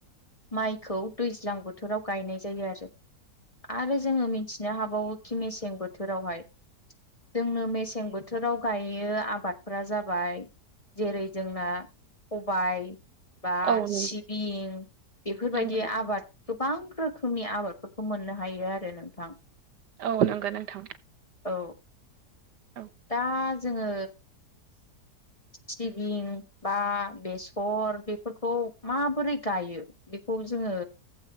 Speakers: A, on the left; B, on the right.
A: माइखौ दैज्लां बोथोराव गायनाय जायो आरो आरो जोङो मिथिनो हाबावोखि मेसें बोथोरावहाय जोंनो मेसें बोथोर बोथोराव गायो आबादफोरा जाबाय जेरै जोंना सबाइ बा
B: औ नंगौ
A: सिबिं बेफोरबायदि
B: नंगौ नों-
A: आबाद गोबां रोखोमनि आबादफोरखौ मोननो हायो आरो नोंथां
B: औ नंगौ नोंथां
A: औ
B: औ
A: दा जोङो सिबिं बा बेसर बेफोरखौ माबोरै गायो बेखौ जोङो